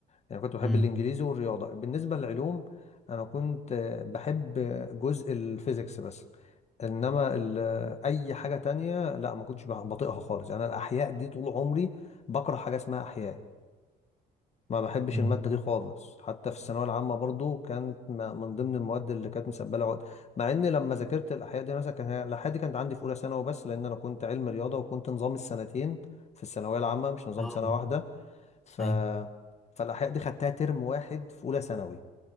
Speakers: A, on the left; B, in the centre.
A: يعني كنت بحب
B: مم.
A: الانجليزي والرياضة بالنسبة للعلوم انا كنت آه، بحب جزء الفيزيكس بس انما ال- اي حاجه تانية لا ما كنتش بح- بطيقها خالص يعني انا الاحياء دي طول عمري بكره حاجه اسمها احياء ما بحبش
B: مم.
A: الماده دي خالص حتى في الثانويه العامه برضو كانت م- من ضمن المواد اللي كانت مسبله عقد مع ان لما ذاكرت الاحياء دي مثلا كان هي- الاحياء دي كانت عندي في اولى ثانوي بس لان انا كنت علم رياضه وكنت نظام السنتين في الثانويه العامه مش نظام
B: اه
A: سنه واحده ف
B: أيوة.
A: فالاحياء دي خدتها ترم واحد في اولى ثانوي